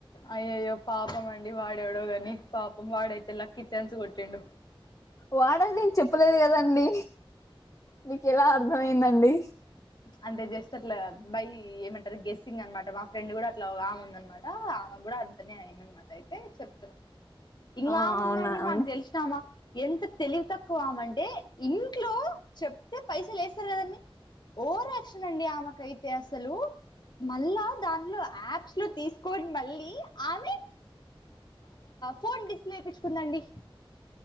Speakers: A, on the left; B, on the left.
A: అయ్యో అయ్యో పాపం అండి వాడెవడో కాగాని పాపం వాడయితే లక్కిచాన్స్ కొట్టిండు
B: వాడ నేను చెప్పలేదు కదండి నీకు ఎలా అర్థమయిందండి
A: అంటే జస్ట్ అట్లా బై ఏమంటారు గ్ెస్సింగ్ అనమాట మా ఫ్రెండ్ కూడా అట్లా ఆమె ఉంద అనమాట ఆమె కూడా అంతనే అయింద అనమాట అయితే చెప్తున్నాం ఇంకా
B: ఆ
A: ఉందండి
B: అవునా
A: మాకు
B: అ
A: తెలిసినామా ఎంత తెలివి తక్కువమంటే ఇంట్లో చెప్తే పైస లేస్తారు కదండి ఓవర్ యాక్షన్ అండి ఆమెకయితే అసలు మళ్ళా దానిట్లో యాప్స్ లో తీసుకొని మళ్ళీ ఆమె ఫోన్ డిస్ప్లే చేయిించుకుందండి